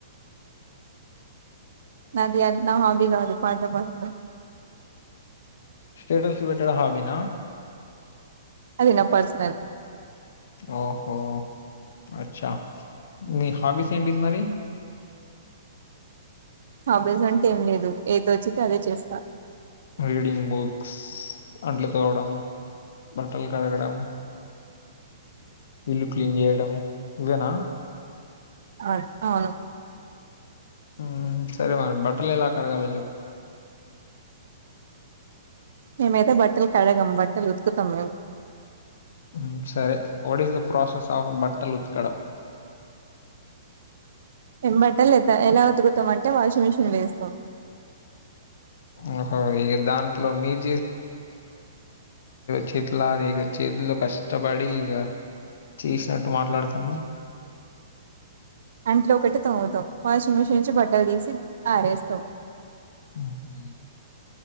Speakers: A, on the right; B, on the left.
A: నది అ నా హాబి కాదు పాట పాడడం
B: స్టేటస్లు పెట్టడం హాబి నా
A: అది నా పర్సనల్
B: ఓహో అచ్చా మీ హావిస్ ఏంటి మరి
A: హాబీస్ అంటేం లేదు ఏదోచ్చితె అదే చేస్త
B: రీడింగ్ బుక్స్, అంట్లు తోమడం, బట్టలు కడగడం ఇల్లు క్లీన్ జేయ్డం ఇవేనా
A: అన్ ఔను
B: ఉమ్ సరే మరి బట్టలు ఎలా కడగాలో జెప్
A: మేమైతె బట్టలు కడగాం బట్టలు ఉతుకుతం మేమ్
B: మ్ సరే what is the process of బట్టల్ ఉత్కడం
A: ఏం బట్టలేత ఎలా ఉతుకుతమంటే వాషింగ్ మిషన్లో ఏస్తం
B: ఓహో! ఇగ దాంట్లో మీరు చేతిలాద ఇగ చేతుల్లో కష్టపడి ఇగ చేస్న ట్టు మాట్లాడ్తున్నవ్
A: అంట్లో ఒకటి తోముతం వాషింగ్ మిషిన్ నుంచి బట్టలు తీసి ఆరేస్తం
B: ఉహు